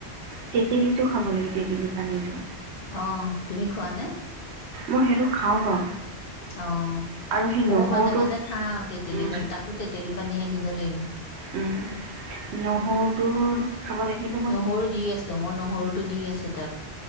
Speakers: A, on the right; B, on the left.
A: তেতেলীটো খাব লাগে তেতেলী পানীটো।
B: অ, তুমি খোৱানে?
A: মই সেইটো খাওঁ বাৰু।
B: অ,
A: আৰু সেই
B: মইও
A: নহৰুটো
B: মাজে- মাজে খাওঁ তেতেলী
A: উম
B: পানী তাকো তেতেলী পানীহে দিব লাগিব।
A: উম, নহৰু টো খাব লাগিব।
B: নহৰু দি আছোঁ, মই নহৰুতো দি আছোঁ তাক,